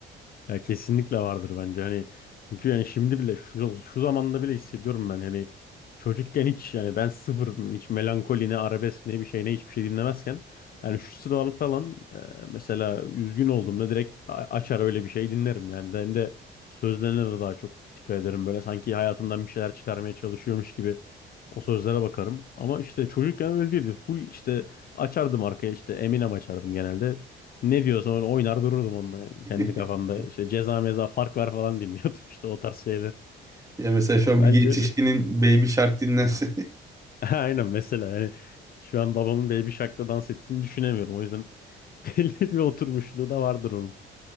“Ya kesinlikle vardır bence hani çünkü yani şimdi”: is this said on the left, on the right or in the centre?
Left